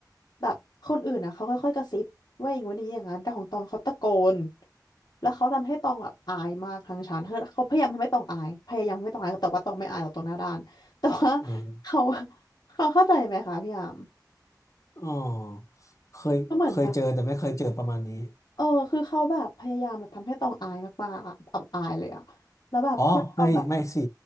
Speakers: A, on the left; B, on the left.
A: แบบคนอื่นอ่ะเขาค่อยๆกระซิบว่าอย่างงู้นอย่างนี้อย่างนั้นแต่ของตองเขาตะโกนแล้วเขาทำให้ตองแบบอายมากทางชั้นเขาเขาพยายามทำให้ตองอายพยายามทำให้ตองอายแต่ว่าตองไม่อายหรอกตองหน้าด้านแต่ว่า
B: อ่าฮะ
A: เขาเขาเข้าใจไหมคะพี่ยาม
B: อ๋อเคยเคยเจอแต่ไม่เคยเจอประมาณนี้
A: ก็เหมือนแบบเออคือเขาแบบพยายามแบบทำให้ตองอายมากๆอะอับอายเลยอะแล้วแบบเพื่อนตองแบบ
B: อ๋อไม่ไม่สิ